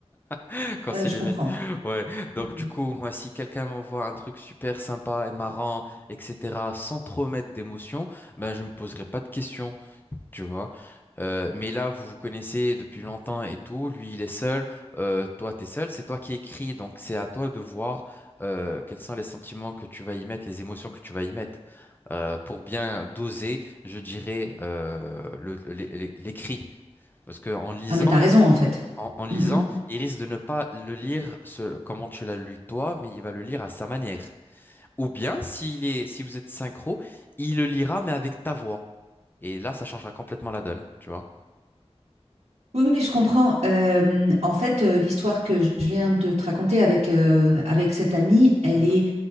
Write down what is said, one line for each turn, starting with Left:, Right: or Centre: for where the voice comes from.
Left: <laughs> quand c'est
Right: Euh, je
Left: animé.
Right: comprends.
Left: Ouais. Donc,
Right: Mm.
Left: du coup, moi, si quelqu'un m'envoie un truc super sympa et marrant, etc., sans trop mettre d'émotion, ben, je ne me poserai pas de questions tu vois. Euh, mais là, vous vous connaissez depuis longtemps et tout. Lui, il est seul. Euh, toi, t'es seul. C'est toi qui écris. Donc, c'est à toi de voir euh, quels sont les sentiments que tu vas y mettre, les émotions que tu vas y mettre. Euh, pour bien doser, je dirais, euh, le- le- l'é- l'écrit. Parce que en lisant,
Right: Ah, mais t'as raison en fait.
Left: en, en lisant,
Right: Mm, mm.
Left: il risque de ne pas le lire ce, comment tu l'as lu toi, mais il va le lire à sa manière. Ou bien, s'il est, si vous êtes synchro, il le lira, mais avec ta voix. Et là, ça changera complètement la donne, tu vois.
Right: Oui, oui, je comprends. Euh, en fait, euh, l'histoire que je viens de te raconter avec, euh, avec cette amie, elle
Left: Mhm,
Right: est